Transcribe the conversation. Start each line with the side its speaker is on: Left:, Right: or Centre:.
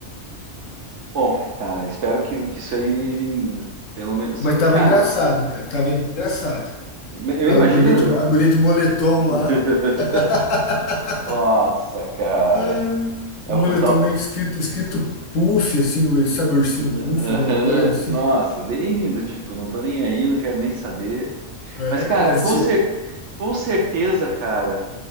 Right: Bom, cara, espero que, que isso aí, pelo menos.
Left: Mas
Right: Só que,
Left: tava
Right: cara,
Left: engraçado, cara. Tava engraçado.
Right: eu
Left: A
Right: imagino.
Left: guria de, a guria de moletom lá.
Right: <laughs>
Left: <laughs>
Right: Nossa, cara.
Left: Ah,
Right: É
Left: O
Right: o
Left: moletom
Right: total.
Left: meio que escrito, escrito puff, assim, sabe, ursinho
Right: <laughs>
Left: puff, alguma coisa assim.
Right: Nossa, bem do tipo, não tô nem aí, não quero nem saber.
Left: É,
Right: Mas, cara,
Left: este
Right: com, cer com certeza, cara,